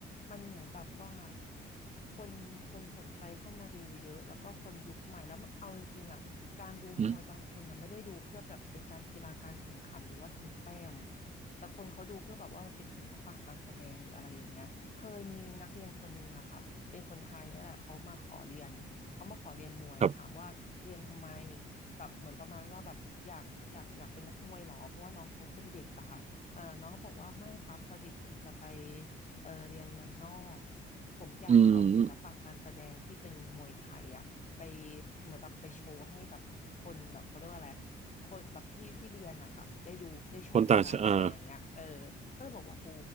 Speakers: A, on the left (about 40°); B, on the right (about 35°).
A: มันเหมือนแบบว่าคนคนสนใจเข้ามาดูเยอะ แล้วก็คนยุคใหม่แล้วเอาจริงๆอะการดูมวยบางคนนะไม่ได้ดูเพื่อแบบเป็นการกีฬาการแข่งขันหรือว่าทำแต้ม
B: อืม
A: แต่คนเขาดูเพื่อแบบว่ามันเป็นศิลปะการแสดงหรืออะไรอย่างเงี้ยเคยมีนักเรียนคนหนึ่งอะค่ะเป็นคนไทยเนี่ยแหละเขามาขอเรียนเขามาขอเรียนมวยถามว่าเรียนทำไม
B: ครับ
A: แบบเหมือนประมาณว่าแบบอยากอยากอยากเป็นนักมวยเหรอเพราะว่าน้องเขาเป็นเด็กอะค่ะเออน้องก็บอกว่าไม่ครับพอดีผมจะไปเออเรียนเมืองนอกผมอยากจะเอาศิลปะการแสดงที่เป็นมวยไทยอะไป
B: อืม
A: เหมือนแบบไปโชว์ให้แบบคนแบบเขาเรียกว่าอะไรคนแบบที่ที่เรียนอะค่ะได้ดูได้ชมกันอะไรอย่างเงี้ยเออ
B: คนต่างชาติ
A: ก็เลยบอกว่าโห